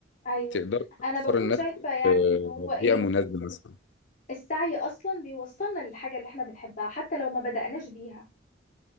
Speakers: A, on the left; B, on the left.
A: ايوه
B: تقدري
A: انا
B: توفري
A: بكون
B: لنفسك
A: شايفه يعني
B: آه،
A: ان هو ايه
B: بيئة مناسبة مثلا
A: السعي اصلا بيوصلنا للحاجه اللي احنا بنحبها حتى لو ما بداناش بيها